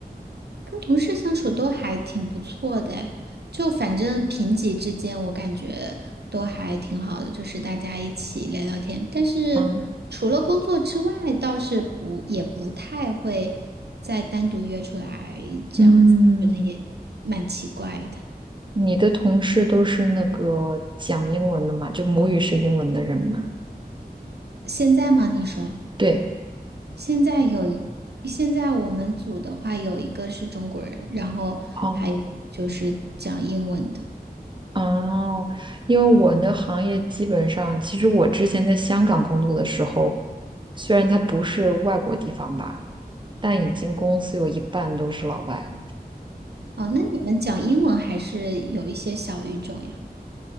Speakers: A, on the right; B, on the right.
A: 跟同事相处都还挺不错的诶就反正平级之间，我感觉都还挺好的，就是大家一起聊聊天。但是除了工作之外，
B: 啊，
A: 倒是不也不太会再单独约出来这样子，
B: 嗯，
A: 觉得也蛮奇怪的。
B: 你的同事都是那个讲英文的嘛，就母语是英文的人嘛？
A: 现在吗？你说
B: 对。
A: 现在有一，现在我们组的话，有一个是中国人，然后还有就是讲英文的。
B: 哦哦，因为我那行业基本上，其实我之前在香港工作的时候，虽然它不是外国地方吧，但已经公司有一半都是老外。
A: 哦，那你们讲英文还是有一些小语种呀？